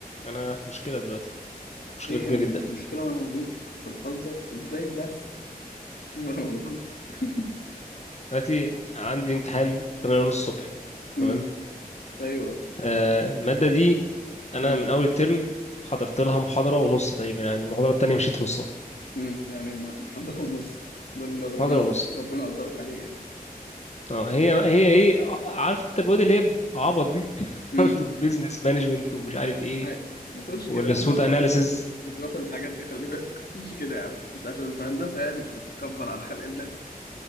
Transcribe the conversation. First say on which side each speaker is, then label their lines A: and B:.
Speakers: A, on the left; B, on the left.
A: انا في مشكله دلوقتي مشكله
B: ايه
A: كبيره
B: يا عم
A: جدا
B: المشكلة وانا موجود انت بتهزر ازاي بس <laughs> وانا موجود <laughs>
A: دلوقتي عندي امتحان 8:30 الصبح
B: امم
A: تمام
B: ايوه
A: آه، الماده دي انا
B: امم
A: من اول الترم حضرت لها محاضره ونص تقريبا يعني المحاضره التانيه مشيت في نصها
B: امم يعني ما- محضر ونص ده اللي ربنا
A: محاضره ونص
B: ربنا قدرك عليه يعني
A: اه هي هي ايه ع- عارف انت المواد اللي هي عبط دي <laughs>
B: امم
A: البيزنس مانجمنت ومش عارف ايه
B: هاي ما تقولش
A: والسوت
B: كده يا عم عشان
A: اناليسز
B: انا كنت كنت باخد الحاجات دي خلي بالك ما تقولش كده يا عم انت عشان في هندسة يعني بتتكبر على خلق الله